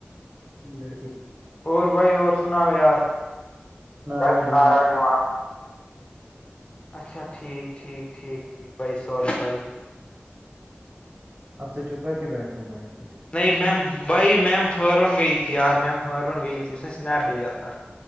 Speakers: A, on the right; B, on the left.
A: لڑکے کی
B: اور بھائی اور سنا یار بھائی
A: رہا ہوں
B: سنا
A: جو آپ
B: رہاج
A: کو-
B: آ اچھا ٹھیک ٹھیک ٹھیک ٹھیک بٮی سوری بٮائی <unintelligible>
A: اب تو چھپ کر کے بیٹھتے ہو بھائی کچھ
B: نہیں مم بھ میم ہروان گئی تھی ار مم ہروان گئی تھی اس نے اسنیپ بھی تھا